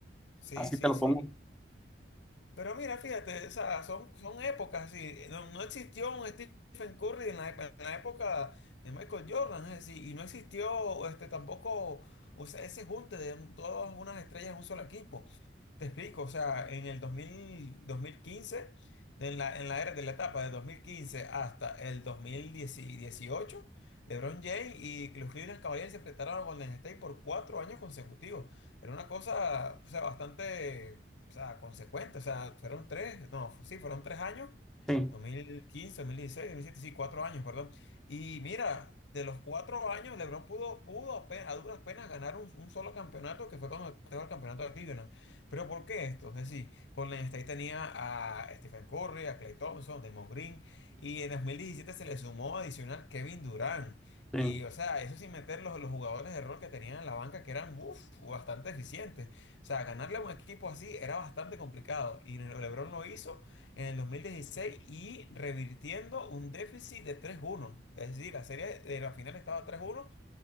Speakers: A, on the left (about 80°); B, in the centre.
A: sí,
B: Así
A: sí,
B: te lo
A: sí.
B: pongo.
A: Pero mira, fíjate, o sea, son, son épocas así. No, no existió un Stephen Curry en la, ep- en la época de Michael Jordan, es decir, y no existió este, tampoco o sea, ese junte de un- todas unas estrellas en un solo equipo. Te explico, o sea, en el 2000, 2015, de- en la, en la era de la etapa de 2015 hasta el 2018, LeBron James y los Cleveland Cavaliers se enfrentaron a Golden State por cuatro años consecutivos. Era una cosa, o sea, bastante, o sea, consecuente, o sea, fueron tres, no, fu- sí, fueron tres años,
B: Sí,
A: 2015, 2016, 2017, sí, cuatro años, perdón. Y mira, de los cuatro años, LeBron pudo, pudo apenas, a duras penas ganar un, un solo campeonato, que fue cuando estaba el campeonato de Cleveland. Pero ¿por qué esto? Es decir, Golden State tenía a Stephen Curry, a Klay Thompson, Draymond Green, y en 2017 se le sumó adicional Kevin Durant.
B: sí,
A: Y, o sea, eso sin meter los, los jugadores de rol que tenían en la banca, que eran, uf, bastante eficientes. O sea, ganarle a un equipo así era bastante complicado. Y LeBron lo hizo en el 2016 y revirtiendo un déficit de tres uno Es decir, la serie de la final estaba tres uno